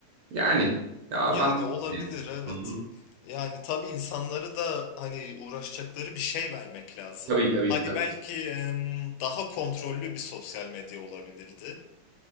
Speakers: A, on the right; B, on the left.
A: Yani ya
B: Yani
A: ben
B: olabilir evet.
A: Hı-hı.
B: Yani tabii insanları da hani uğraşacakları bir şey vermek lazım.
A: Tabii tabii
B: Hani
A: tabii.
B: belki em, daha kontrollü bir sosyal medya olabilirdi.